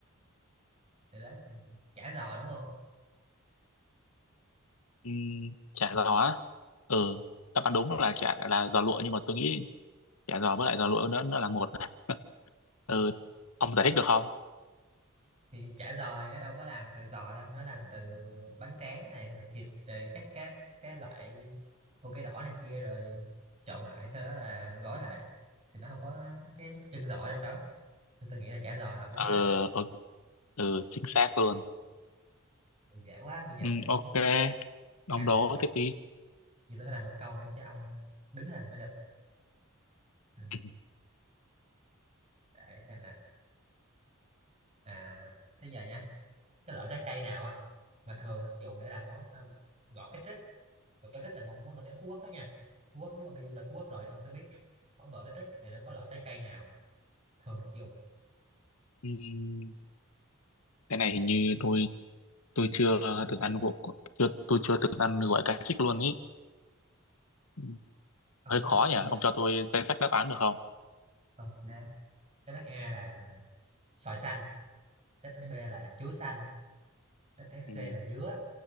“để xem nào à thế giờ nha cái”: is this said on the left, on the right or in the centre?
Right